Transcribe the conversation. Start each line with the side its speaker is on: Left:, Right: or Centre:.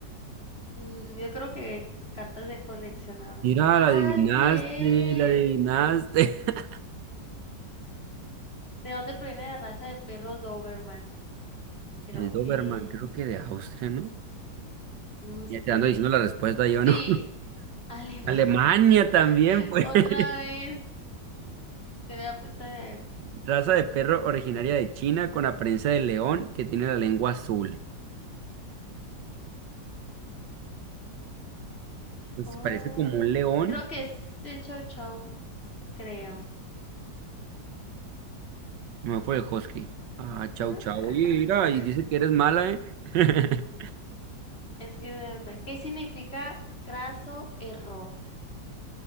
Left: Mm, yo creo que cartas de coleccionables.
Right: Mira,
Left: Así
Right: la adivinaste,
Left: es.
Right: la adivinaste. <laughs>
Left: ¿De dónde proviene la raza de perro Doberman? Creo
Right: El Doberman,
Left: que...
Right: creo que de Austria, ¿no?
Left: No
Right: Ya
Left: sé.
Right: te ando diciendo la respuesta yo,
Left: Sí,
Right: ¿no? <laughs>
Left: Alemania.
Right: Alemania también,
Left: <laughs>
Right: pues.
Left: Otra
Right: <laughs>
Left: vez. Quería apostar
Right: Raza de perro originaria de China con apariencia de león que tiene la lengua azul. Pues
Left: Ay,
Right: parece como un león,
Left: creo que es el Chow Chow, creo.
Right: Me fue el husky. Ah, chau,
Left: <laughs>
Right: chau. Oye, mira, y dice que eres mala, ¿eh? <laughs>
Left: Es que de verdad, ¿qué significa craso error?